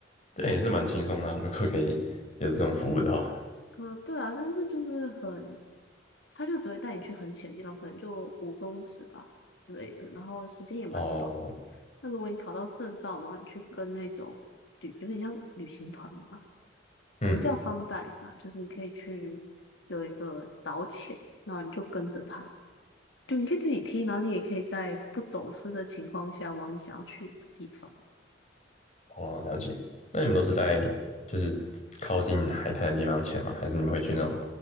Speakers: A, on the left (about 40°); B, on the left (about 75°).
A: 这样也是蛮轻松的啊如果可以有这种服务的话，
B: 嗯，对啊，但是就是很，他就只会带你去很浅的地方，可能就五公尺吧之类的，然后时间也蛮短的。
A: 哦，
B: 那如果你考到证照，然后你去跟那种旅，有点像旅行团嘛，我们叫
A: 嗯。
B: fun dive 啦，就是你可以去有一个导潜，然后你就跟着他，就你可以自己踢，然后你也可以在不走失的情况下往你想要去的地方。
A: 哦，了解。那你们都是在就是靠近海滩的地方潜吗？
B: 对，
A: 还是你们会去那种